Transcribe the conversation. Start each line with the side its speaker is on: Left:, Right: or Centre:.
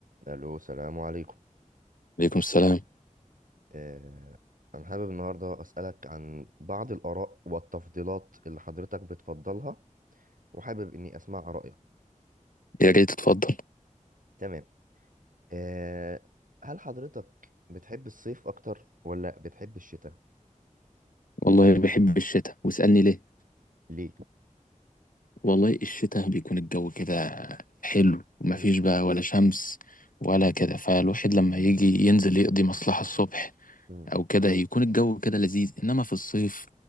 Right: الو السلام عليكم
Left: عليكم السلام
Right: آه، انا حابب النهارده اسالك عن بعض الاراء والتفضيلات اللي حضرتك بتفضلها وحابب اني اسمع رايك
Left: يا ريت تتفضل
Right: تمام آه، هل حضرتك بتحب الصيف اكتر ولا بتحب الشتاء
Left: والله بحب الشتاء واسألني ليه
Right: ليه
Left: والله الشتاء بيكون الجو كده حلو ومفيش
Right: مم،
Left: بقى ولا شمس ولا كده فالواحد لما يجي ينزل يقضي مصلحة الصبح
Right: مم،
Left: أو كده يكون الجو كده لذيذ إنما في الصيف